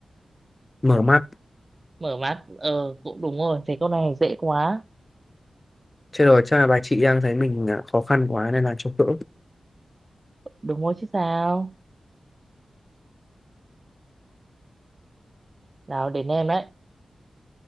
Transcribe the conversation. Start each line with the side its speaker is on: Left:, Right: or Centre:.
Left: mở mắt
Right: mở mắt ờ cũng đúng rồi thế câu này dễ quá
Left: chết rồi chắc là bà chị đang thấy mình à, khó khăn quá nên là cho cỡ
Right: Đúng rồi chứ sao? Nào đến em đấy.